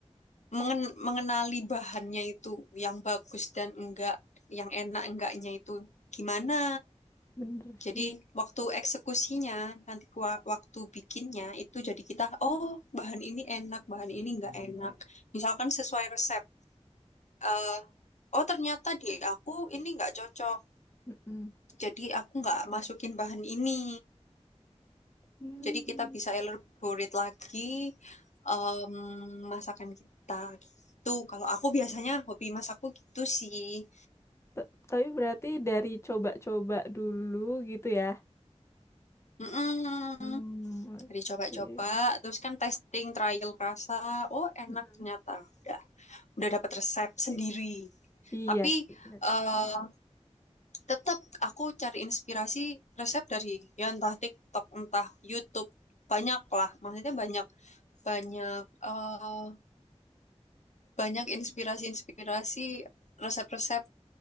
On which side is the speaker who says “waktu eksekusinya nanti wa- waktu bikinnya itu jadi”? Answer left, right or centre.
Left